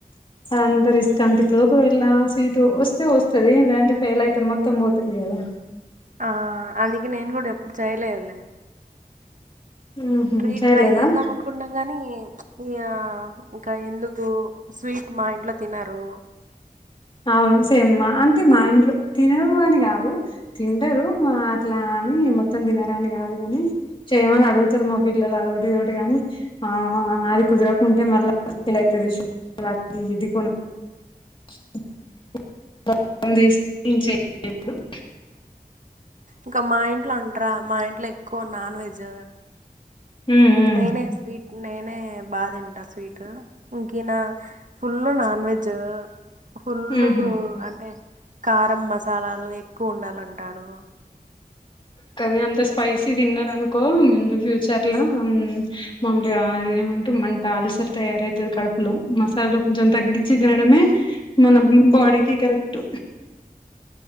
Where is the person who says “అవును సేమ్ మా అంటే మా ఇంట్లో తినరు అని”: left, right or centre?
Left